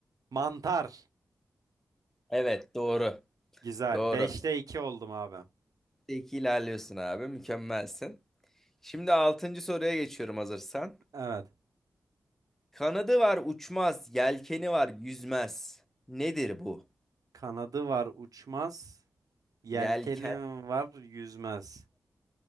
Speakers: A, on the right; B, in the centre.
A: Mantar.
B: Evet, doğru.
A: Güzel.
B: Doğru.
A: Beşte iki oldum abi.
B: İki ilerliyorsun abi. Mükemmelsin. Şimdi altıncı soruya geçiyorum hazırsan.
A: Evet.
B: Kanadı var uçmaz, yelkeni var yüzmez. Nedir bu?
A: Kanadı var uçmaz. Yelkeni
B: Yelken
A: var yüzmez.